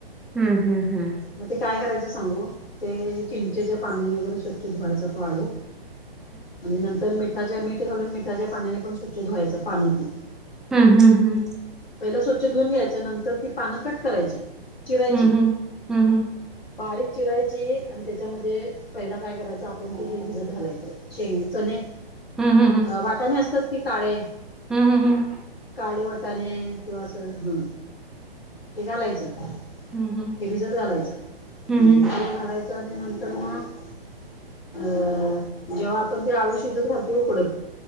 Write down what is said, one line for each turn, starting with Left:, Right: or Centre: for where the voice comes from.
Centre: हम्म हम्म हम्
Left: मग ते काय करायचं सांगू ते चिंचेच्या पाण्याने वगैरे स्वच्छ धुवायच तो आळू आणि नंतर मिठाच्या मीठ घालून मिठाच्या पाण्याने पण स्वच्छ धुवायचं पानं ती
Centre: हम्म हम्म हम्
Left: पहिल स्वच्छ धुवून घ्यायच् नंतर ती पानं कट करायची चिरायची
Centre: हम्म हम्म हम्म
Left: बारीक चिरायची आणि त्याच्यामध्ये पहिला काय करायचं आपण ते हे भिजत घालायचं. शेंग चणे
Centre: हम्म हम्म
Left: वाटाणे असतात की काळे
Centre: हम् हम हम
Left: काळे वटाणे किंवा अस ह ते घालायचं
Centre: हम्म
Left: हे भिजत घालायचं
Centre: हम्म
Left: भिजत
Centre: हम्म
Left: घालायचं आणि नंतर मग, अ जेव्हा आपण ते आळू शिजत घालतो की उकडत